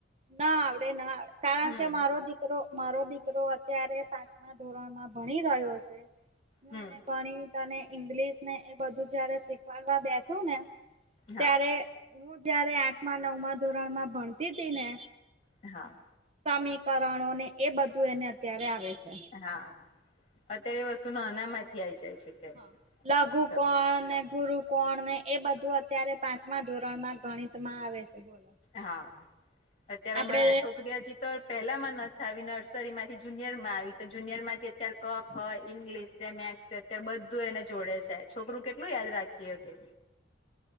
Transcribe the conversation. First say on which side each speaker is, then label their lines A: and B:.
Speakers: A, on the right (about 35°); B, on the left (about 35°).
A: ના આવડે ના આવડે કારણ
B: હમ
A: કે મારો દીકરો મારો દીકરો અત્યારે પાંચમા ધોરણમાં ભણી રહ્યો છે હું
B: હમ
A: એને ઘણી ને ઈંગ્લિશ ને એ બધું જયારે શીખવાડવા બેસો ને
B: હા
A: ત્યારે હું જયારે આઠમા નવમા ધોરણમાં ભણતી તી ને
B: હા
A: સમીકરણો ને એ બધું એને અત્યારે આવે છે
B: હા અત્યારે એ વસ્તુ ના અનામાંતથી આઈ જાય છે કે
A: હા લઘુ
B: તો
A: કોણને ગુરુ કોણ ને એ બધું અત્યારે પાંચમા ધોરણમાં ગણિત માં આવે છે બોલો
B: હા અત્યારે
A: આપડે
B: અમારા છોકરી હજી તો પહેલામાં નથી આવી નર્સરી માંથી જુનિયરમાં આવી તો જુનિયર માંથી અત્યારે કક હોય ઇંગ્લિશ છે મેસ ત્યારે બધું એને જોડે છે છોકરું કેટલું યાદ રાખી હ કે